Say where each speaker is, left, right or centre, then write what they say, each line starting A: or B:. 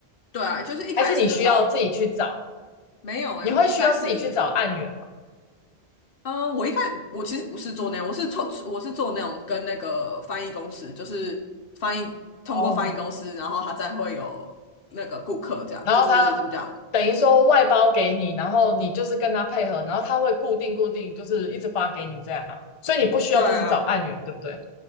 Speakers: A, on the left; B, on the left.
A: 对啊，就是一开始的时候
B: 还是你需要自己去找？
A: 没有哎，
B: 你会需要自己去找案源吗？
A: 我一开始呃，我一开我其实不是做那样，我是做我是做那种跟那个翻译公司，就是翻译通过翻译公司，
B: 哦，
A: 然后他再会有那个顾客这样，
B: 然后他
A: 就是怎么讲？
B: 等于说外包给你，然后你就是跟他配合，然后他会固定固定，就是一直发给你这样，所以你不需要自己找案源，
A: 对啊，
B: 对不对？